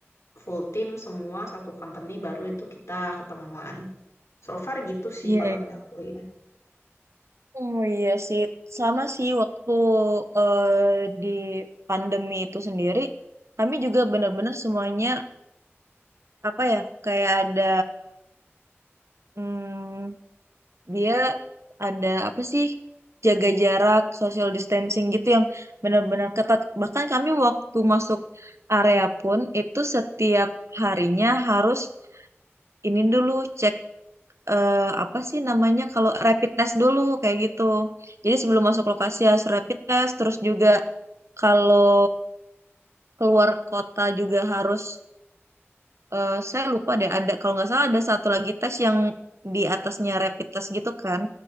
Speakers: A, on the left; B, on the right.
A: full tim semua satu company baru itu kita ketemuan. So far gitu sih
B: Iya,
A: kalau
B: iya.
A: dari aku ya.
B: oh iya sih, sama sih waktu eh, di pandemi itu sendiri, kami juga benar-benar semuanya apa ya kayak ada hmm, dia ada apa sih jaga jarak, social distancing gitu yang benar-benar ketat. Bahkan kami waktu masuk area pun itu setiap harinya harus ini dulu cek eh, apa sih namanya kalau rapid test dulu kayak gitu. Jadi sebelum masuk lokasi harus rapid test, terus juga kalau keluar kota juga harus eh, saya lupa deh ada kalau nggak salah ada satu lagi tes yang di atasnya rapid test gitu kan.